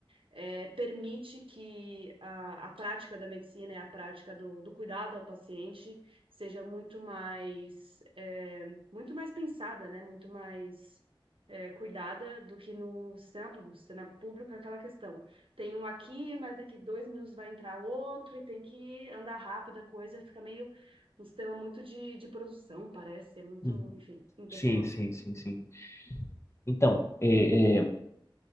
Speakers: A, on the right (about 80°); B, on the left (about 30°).
A: é, permite que a, a prática da medicina e a prática do, do cuidado ao paciente seja muito mais, é, muito mais pensada, né? Muito mais é, cuidada do que no sistema público. O sistema público é aquela questão. Tem um aqui, mas daqui dois minutos vai entrar outro e tem que andar rápido a coisa, fica meio um sistema muito de, de produção, parece, é muito,
B: Uhum.
A: enfim, impessoal.
B: Sim, sim, sim, sim. Então, é, é,